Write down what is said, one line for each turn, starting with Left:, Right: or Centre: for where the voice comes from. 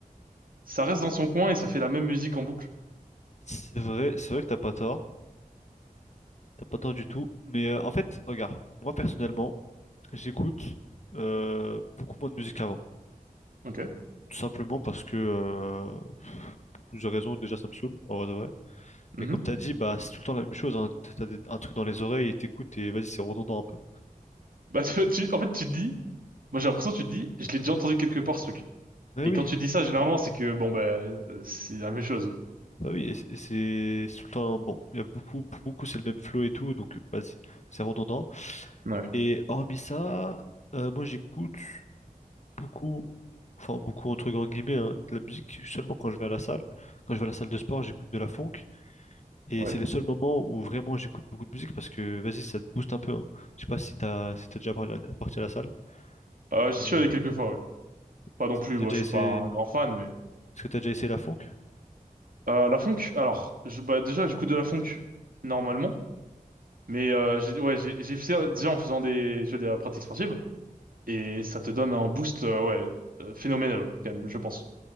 Right: Ça reste dans son coin et ça fait la même musique en boucle.
Left: C'est vrai, c'est vrai que t'as pas tort. T'as pas tort du tout. Mais euh, en fait, regarde, moi personnellement, j'écoute euh, beaucoup moins de musique qu'avant.
Right: Ok.
Left: Tout simplement parce que euh, pour plusieurs raisons, déjà ça me saoule, en vrai de vrai.
Right: Mhm.
Left: Et comme t'as dit, bah c'est tout le temps la même chose, hein. T'as t'as des- un truc dans les oreilles et t'écoutes et vas-y, c'est redondant un peu.
Right: Bah, tu, tu- en fait, tu te dis, moi j'ai l'impression que tu te dis, je l'ai déjà entendu quelque part ce truc.
Left: Mais
Right: Et
Left: oui,
Right: quand tu dis ça, généralement, c'est que, bon, bah, euh, c'est la même chose.
Left: bah oui, et c'est et c'est- c'est tout le temps bon, il y a beaucoup, pour beaucoup c'est le même flow et tout, donc vas-y, c'est redondant.
Right: Ouais.
Left: Et hormis ça, euh, moi j'écoute. beaucoup, enfin beaucoup entre grands guillemets, hein, de la musique seulement quand je vais à la salle. Quand je vais à la salle de sport, j'écoute de la funk. Et
Right: Ouais.
Left: c'est les seuls moments où vraiment j'écoute beaucoup de musique parce que vas-y, ça te booste un peu. hein. Je sais pas si t'as si t'es déjà parlé- parti à la salle.
Right: Euh, j'y
Left: Et
Right: suis allé quelques fois, ouais.
Left: est-ce
Right: Pas non plus,
Left: que t'as
Right: moi
Left: déjà
Right: je suis
Left: essayé,
Right: pas un grand fan, mais...
Left: est-ce que t'as déjà essayé la funk?
Right: Euh, la funk, alors, je, bah, déjà j'écoute de la funk, normalement. Mais euh, j'ai ouais, j'ai j'ai fait déjà en faisant des tu vois, de la pratique sportive et ça te donne un boost euh, ouais euh, phénoménal quand même, je pense.